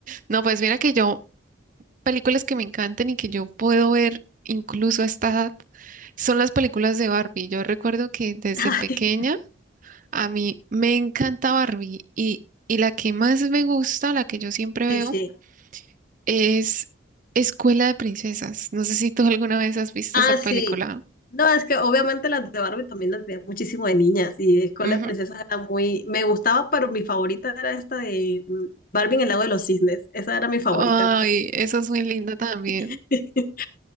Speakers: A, on the right; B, on the left.
A: No, pues mira que yo películas que me encantan y que yo puedo ver incluso a esta edad son las películas de Barbie. Yo recuerdo que desde
B: <laughs>
A: pequeña
B: Ay,
A: a mí me encanta Barbie y, y la que más me gusta, la que yo siempre
B: sí,
A: veo,
B: sí.
A: es Escuela de Princesas. No sé si tú <laughs> alguna vez has visto
B: Ah,
A: esa película.
B: sí. No, es que obviamente las de Barbie también las veía muchísimo de niñas y Escuela
A: Ujú.
B: de Princesas era muy... Me gustaba, pero mi favorita era esta de mm, Barbie en el lago de los cisnes. Esa era mi favorita
A: Ay,
B: de Barbie.
A: eso es muy lindo también.
B: <laughs>